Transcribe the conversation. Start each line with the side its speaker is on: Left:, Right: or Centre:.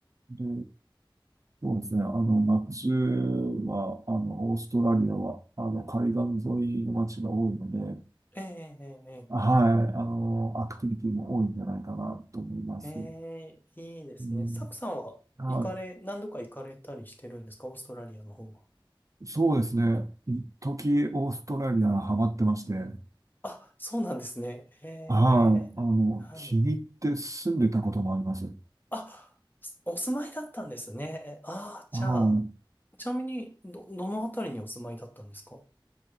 Right: い。で、そうですね。あの、夏は、あの、オーストラリアは、あの、海岸沿いの街が多いので、
Left: ええええええ
Right: はい。あの、アクティビティも多いんじゃないかなと思います。
Left: ええ、いいですね。
Right: うん、
Left: サクさんは行かれ、
Right: は
Left: 何度か行かれたりしてるんですかオーストラリアの方は。
Right: い。そうですね。一時オーストラリアハマってまして、はい。
Left: あ、そうなんですね。ええ、
Right: あの、
Left: はい。
Right: 気に入って住んでたこともあります。は
Left: あ、お住まいだったんですね。ああ、じゃあ、
Right: い。
Left: ちなみに、ど、どのあたりにお住まいだったんですか